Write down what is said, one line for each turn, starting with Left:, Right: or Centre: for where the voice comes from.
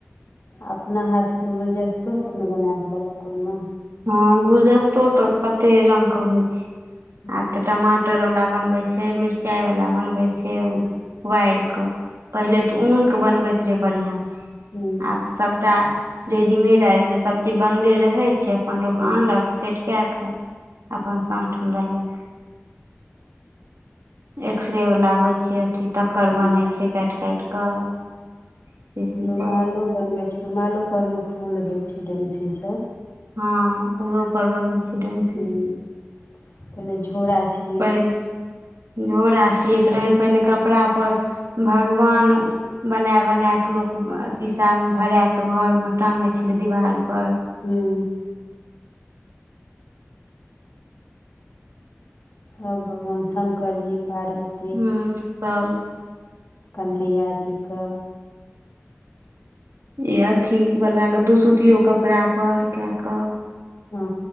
Left: अपना हाथ छै तऽ गूलजस्तो सभ ने बना कऽ देलक ओहिमे
Right: हँ गूलदस्तो तऽ कते रंग के होइ छै
Left: हूँ
Right: आब तऽ टमाट टर वला बनव छै मिरचाई वाला बनवे छै छैय ओ
Left: हूँ
Right: वारि कऽ पहिले
Left: हँ
Right: तऽ ऊनके बनबैत रहै बढ़िआँ सँ
Left: हूँ
Right: आबऽ सभटा रेडीमेड आबि गेलै सभ चीज बनले रहै छैय अपन लोक
Left: हूँ
Right: आनलक सेट कए कऽ अपन साँठमे देलक एक्सरेवला होइ छै अथि तक्कर
Left: हूँ
Right: बनै छै काटि काटि कऽ शीशीपर
Left: रुमालो बनबे छै रुमालो पर मे फूल देय छै रेमसी स
Right: हँ ओहो पर बनबे छै डमशीस
Left: ह पहिले झोरा सी
Right: पहिल झोड़ा सियैत रहे पहिले कपड़ा पर भगवान बना बना क लोक शीशा में भरा के घर मऽ टाँगै छलै दीवालपर
Left: हूंम्म सब भगवान शङ्कर जी पार्वती
Right: हू सब
Left: कन्हैया जी कऽ
Right: ई अथीवला दूसूतियो कपड़ा पर कए कऽ
Left: हँ